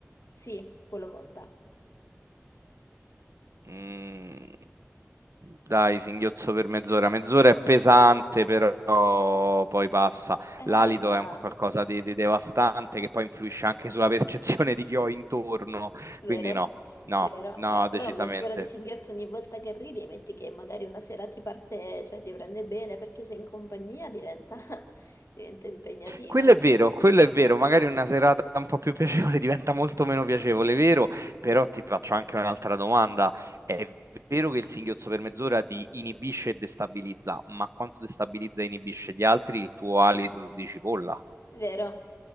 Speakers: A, on the left; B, on the right.
A: sì, quello conta.
B: Mm, dai, singhiozzo per mezz'ora. Mezz'ora è pesante, però poi passa.
A: Eh,
B: L'alito
A: ma...
B: è un qualcosa di, di devastante che poi influisce anche sulla percezione di chi ho intorno.
A: Vero,
B: Quindi no, no,
A: vero.
B: no,
A: Eh, però
B: decisamente.
A: mezz'ora di singhiozzo ogni volta che ridi, metti che magari una sera ti parte, cioè ti prende bene perché sei in compagnia, diventa, <laughs> diventa impegnativo,
B: Quello
A: eh.
B: è vero, quello è vero, magari una serata un po' più piacevole <laughs> diventa molto meno piacevole, vero? Però ti faccio anche un'altra domanda. È vero che il singhiozzo per mezz'ora ti inibisce e destabilizza, ma quanto destabilizza e inibisce gli altri il tuo alito di cipolla?
A: Vero,